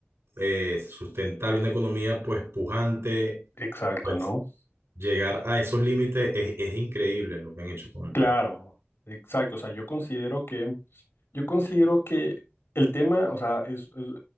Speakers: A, on the right; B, on the left.
A: eh, sustentable, una economía pues pujante,
B: Exacto,
A: pues
B: ¿no?
A: llegar a esos límites es, es increíble lo que han hecho con el
B: Claro,
A: país.
B: exacto, o sea, yo considero que Yo considero que el tema, o sea, es, es-